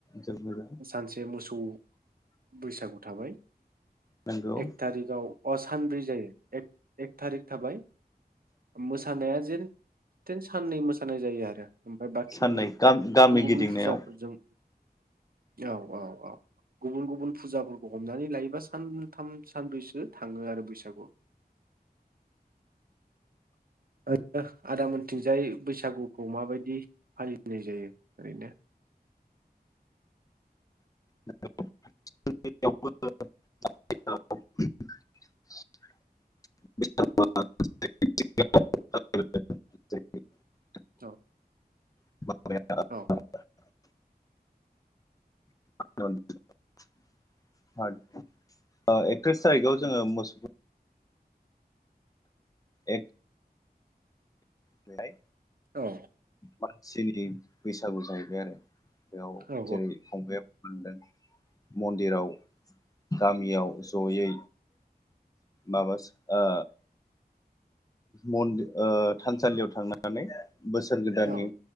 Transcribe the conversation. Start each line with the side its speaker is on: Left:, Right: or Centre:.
Left: जोबोद मोजां
Right: सानसे मोसौ बैसागु थाबाय
Left: नंगौ
Right: एक थारिकआव अ सानब्रै जायो। एक एक थारिक थाबाय मोसानाया जेन थेन साननै मोसानाय जायो आरो। ओमफाय बाखि
Left: साननै गामि
Right: गुबुन गुबुन
Left: गिदिंनायाव
Right: फुजाफोरजों औ औ औ गुबुन गुबुन फुजाफोरखौ हम हमनानै लायोबा सानथाम सानब्रैसो थाङो आरो बैसागु। ओ नो आदा मोनथिंजाय बैसागुखौ माबायदि फालिनाय जायो ओरैनो?
Left: <unintelligible>
Right: औ
Left: <unintelligible>
Right: औ
Left: <unintelligible> ओ एकथ्रिस थारिखआव जोङो मोसौ एक बेहाय
Right: औ
Left: मानसिनि बैसागु जाहैबाय आरो बेयाव
Right: औ
Left: जेरै फंबय मोनदों मन्दिराव गामियाव जयै माबा ओ मनदि ओ थानसालियाव थांनानै बोसोर गोदाननि
Right: औ